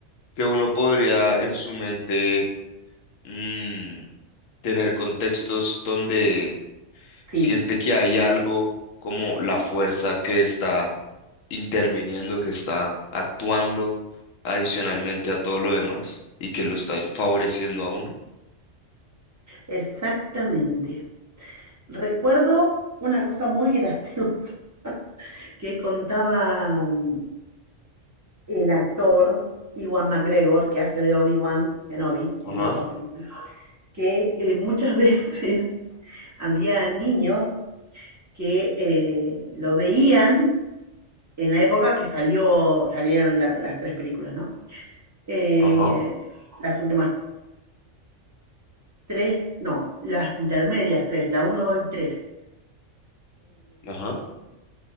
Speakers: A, on the left (about 80°); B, on the right (about 15°).
A: que uno podría en su mente mm, tener contextos donde
B: sí,
A: siente que hay algo como la fuerza que está interviniendo, que está actuando adicionalmente a todo lo demás y que lo está favoreciendo a uno.
B: exactamente. Recuerdo una cosa muy graciosa <laughs> que contaba mm, el actor Iwan McGregor, que hace de Obi-Wan Kenobi
A: Ajá,
B: en esa película, que eh, muchas <laughs> veces había niños que eh, lo veían en la época que salió, salieron la- las tres películas, ¿no? Eh,
A: ajá,
B: las últimas tres, no, las intermedias tres, la uno 2 y 3.
A: ajá,